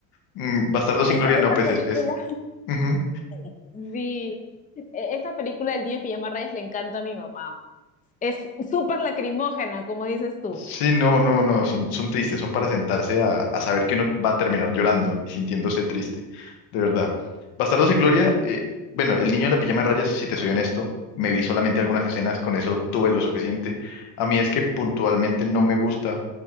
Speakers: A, on the left; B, on the left.
A: Mm, Bastardos sin
B: Esa,
A: Gloria, no,
B: esa
A: pues
B: película.
A: es, es, ujú.
B: <laughs> Sí, e- esa película del niño de pijama rayas le encanta a mi mamá. Es súper lacrimógena, como dices tú.
A: Sí, no, no, no, son, son tristes, son para sentarse a, a saber que uno va a terminar llorando y sintiéndose triste, de verdad. Bastardos y Gloria, eh, bueno, El niño de la pijama de rayas, si te soy honesto, me vi solamente algunas escenas, con eso tuve lo suficiente. A mí es que puntualmente no me gusta